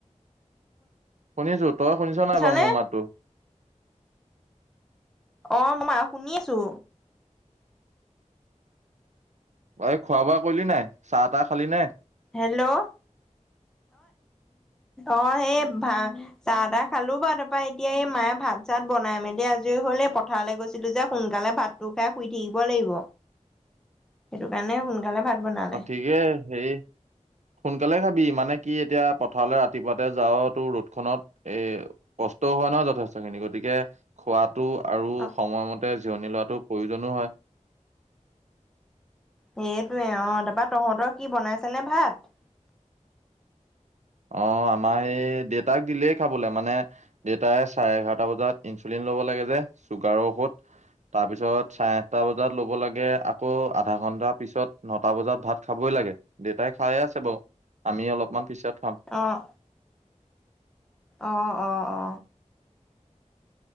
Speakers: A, on the right (about 65°); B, in the centre.
A: শুনিছো তই শুনিছ
B: শুনিছনে
A: নাই বাৰু মোৰ মাততো।
B: অ', মা শুনিছো।
A: এই খোৱা বোৱা কৰিলি নাই চাহ তাহ খালি নে।
B: হেল্ল' অ অ সেই ভা চাহ তাহ খালো বাৰু তাপা এতিয়া এই মায়ে ভাত চাত বনাই মেলি আজৰি হল এই পথাৰলৈ গৈছিলো যে সোনকালে ভাত খাই শুই থাকিব লাগিব সেইটো কাৰণে সোনকালে ভাত বনালে
A: ঠিকে হেৰি সোনকালে খাবি মানে কি এতিয়া পথাৰলৈ ৰাতিপুৱাতে যাও তোৰ ৰ'দ খনত এ কষ্টও হয় ন যথেষ্ট খিনি গতিকে খোৱাটো আৰু
B: অ
A: সময়মতে জিৰণি লোৱাটো প্ৰয়োজনো হয়
B: সেইটোৱে অ তাপা তহঁতৰ কি বনাইছে নে ভাত
A: অ আমাৰ সেই দেউতাক দিলেই খাবলে মানে দেউতাই চাৰে এঘাৰটা বজাত ইনচুলিন ল'ব লাগে যে চুগাৰৰ ঔষধ তাৰপিছত চাৰে আঠটা বজাত ল'ব লাগে আকৌ আধা ঘণ্টাৰ পিছত নটা বজাত ভাত খাবই লাগে দেউতাই খাইয়ে আছে বাও আমি অলপমান পিছত খাম
B: অঁ অ অ অ